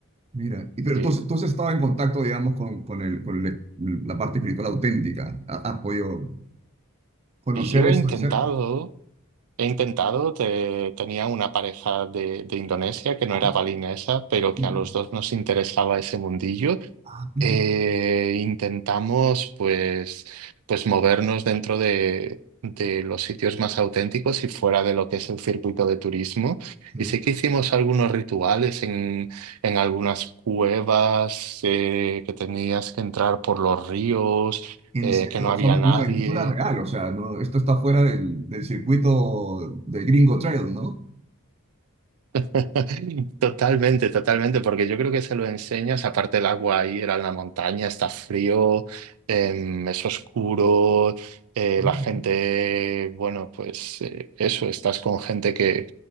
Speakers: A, on the right; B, on the right.
A: Mira, y pero
B: Sí.
A: entonces, entonces estaba en contacto, digamos, con, con, el, con el- la parte espiritual auténtica. Ha- Has podido conocer
B: Yo
A: eso
B: he intentado,
A: de cerca.
B: he intentado, te- tenía una pareja de, de Indonesia que no
A: Ah,
B: era balinesa, pero que
A: mira.
B: a los dos nos interesaba ese mundillo,
A: Ah, qué interesante.
B: Eh, intentamos pues, pues movernos dentro de, de los sitios más auténticos y fuera de lo que es el circuito de turismo.
A: Sí.
B: Y sí que hicimos algunos rituales en, en algunas cuevas eh, que tenías que entrar por los ríos,
A: En
B: eh,
A: serio,
B: que no
A: o
B: había
A: sea, una
B: nadie.
A: aventura real. O sea, no, esto está fuera del, del circuito de Gringo Trail, ¿no?
B: <laughs> Totalmente, totalmente, porque yo creo que se lo enseñas, aparte el agua ahí era en la montaña, está frío, em, es oscuro, eh,
A: Ah,
B: la gente, bueno, pues eh, eso, estás con gente que,